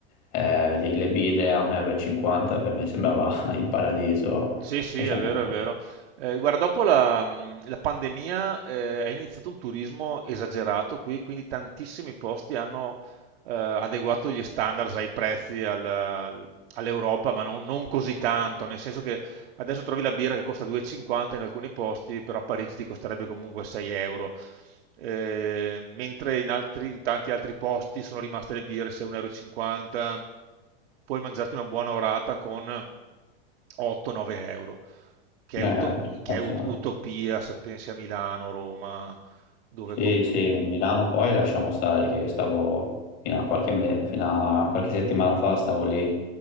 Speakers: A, on the left; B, on the right.
A: eh, vedevi le birre a 1,50 euro, e cinquanta, per me sembrava <laughs> il paradiso,
B: Sì, sì,
A: facendo...
B: è vero, è vero. Eh, guarda, dopo la, mh, la pandemia eh, è iniziato un turismo esagerato qui, quindi tantissimi posti hanno eh, adeguato gli standards ai prezzi al- all'Europa, ma non, non così tanto, nel senso che Adesso trovi la birra che costa 2,50 in alcuni posti, però a Parigi ti costerebbe comunque 6 euro. Eh, mentre in, altri- in tanti altri posti sono rimaste le birre 6,50 euro. Puoi mangiarti una buona orata con 8-9 euro, che è,
A: Eh,
B: uto- che
A: abbastanza
B: è ut- utopia se pensi a Milano, Roma, dove
A: Sì,
B: con
A: sì, Milano poi lasciamo stare, che io stavo fino a qualche, me- fino a qualche settimana fa, stavo lì,